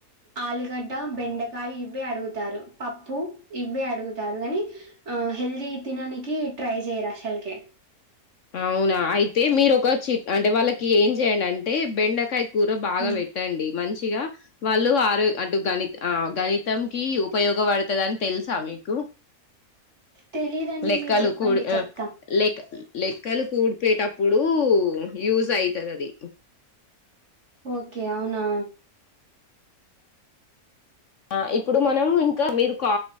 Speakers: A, on the right; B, on the left.
A: ఆలుగడ్డ బెండకాయ ఇవ్వే అడుగుతారు పప్పు ఇవ్వే అడుగుతారు కాని ఆ హెల్తీ తిననికి ట్రై చేయరా ఆశల్కె
B: అవునా అయితే మీరు ఒక చిట్ అంటే వాళ్ళకి ఏం చెయ్యడి అంటే బెండకయి కూర బాగా
A: హ్మ్
B: పెట్టండి మంచి ఇక వాళ్ళు ఆరో అటు గణి గణితం కు ఉపయోగపడుతుంది అని తెలుసా మీకు
A: తెలిదండి
B: లెక్కలు
A: మీరు చెప్పండి
B: కూడి ఆ
A: చెప్తా
B: లెక్క లెక్కలు కూడిపోయటప్పుడు యూజ్ అయితది అది
A: ఓకే అవునా
B: ఆ ఇప్పుడు మనం ఇంకా మీరు కా